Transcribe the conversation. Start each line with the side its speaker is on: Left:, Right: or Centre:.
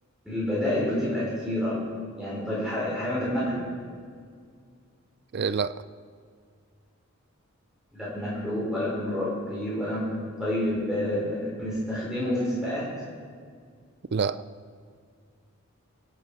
Centre: البدائل بتبقى كتيرة يعني طيب الح- الحيوان ده بناكله
Right: إيه، لا
Centre: لا بناكله ولا بنربيه ولا طيب آه، بنستخدمه في سباقات
Right: لا